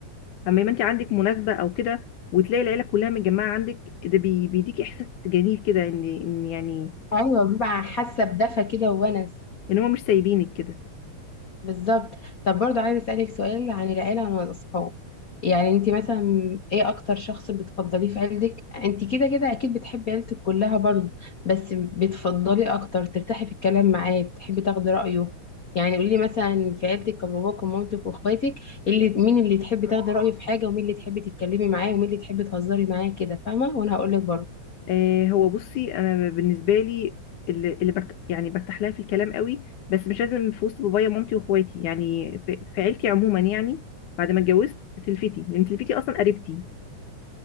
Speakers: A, on the left; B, on the left.
A: اما يبقى انت عندك مناسبه او كده وتلاقي العيله كلها متجمعه عندك ده بي- بيديك احساس جميل كده ان ان يعني
B: ايوه بيبقى حاسه بدفى كده وونس
A: ان هم مش سايبينك كده
B: بالظبط طب برضو عايزة أسألك سؤال عن العيلة وعن الأصحاب يعني انت مثلا ايه اكتر شخص بتفضليه في عيلتك انت كده كده اكيد بتحبي عيلتك كلها برضو بس بتفضليه اكتر ترتاحي في الكلام معاه بتحبي تاخدي رأيه يعني قولي مثلا في عيلتك باباك ومامتك واخواتك اللي مين اللي تحبي تاخدي رأيه في حاجة ومين اللي تحبي تتكلمي معاه ومين اللي تحبي تهزري معاه كده فاهمة وانا هقول لك برضو
A: آه هو بصي انا بالنسبه لي اللي, اللي برت... يعني برتاح لها في الكلام قوي بس مش لازم في وسط بابايا ومامتي واخواتي يعني في... في عيلتي عموما يعني بعد ما اتجوزت سلفتي لان سلفتي اصلا قريبتي